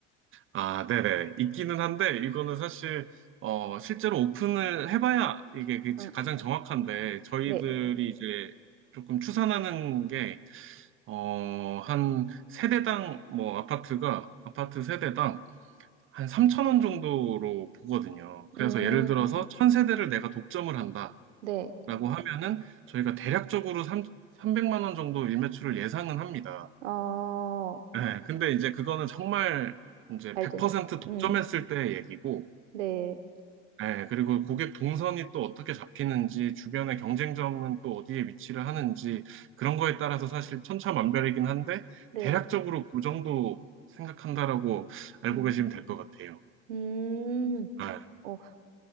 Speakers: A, on the right; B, on the right.
A: 아, 네네. 있기는 한데, 이거는 사실, 어, 실제로 오픈을 해봐야 이게 그
B: 아,
A: 가장 정확한데, 저희들이
B: 네.
A: 이제 조금 추산하는 게, 어, 한 세대당, 뭐, 아파트가, 아파트 세대당 한 3천 원 정도로 보거든요. 그래서
B: 음,
A: 예를 들어서 천 세대를 내가 독점을 한다라고
B: 네.
A: 하면은, 저희가 대략적으로 삼 300만 원 정도 일매출을 예상은 합니다.
B: 어,
A: 네, 근데 이제 그거는 정말 이제
B: 알든.
A: 100% 독점했을
B: 음,
A: 때의 얘기고,
B: 네.
A: 네, 그리고 고객 동선이 또 어떻게 잡히는지, 주변의 경쟁점은 또 어디에 위치를 하는지, 그런 거에 따라서 사실 천차만별이긴 한데,
B: 네.
A: 대략적으로 그 정도 생각한다라고 알고
B: 음.
A: 계시면 될 것 같아요.
B: 음.
A: 아,
B: 어